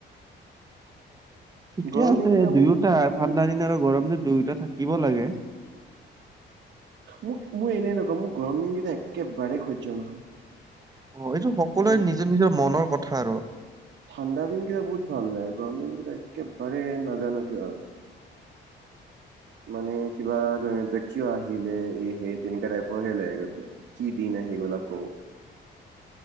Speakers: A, on the right; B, on the right.
A: <inaudible>
B: ঠিকে
A: গৰম
B: আছে,
A: দিনকেইটা
B: দুয়োটা
A: মোৰ
B: ঠাণ্ডা
A: মোক
B: দিন আৰু গৰম দিন দুয়োটা থাকিব লাগে।
A: মোক মই এনে নকওঁ মোৰ গৰম দিনকেইটা একেবাৰেেই সহ্য নহয়।
B: অ', এইটো সকলোৰে
A: ঠান
B: নিজৰ নিজৰ মনৰ কথা আৰু।
A: ঠাণ্ডা দিন কেইটা বহুত ভাল লাগে, গৰম দিন কেইটা একেবাৰে নাজানো কি হয়। <inaudible> মানে কিবা কিয় আহিলে এ হে, তেনেকাঁ টাইপৰ হে লাগে গৈ পেলাই। কি দিন আহি গ'ল আকৌ।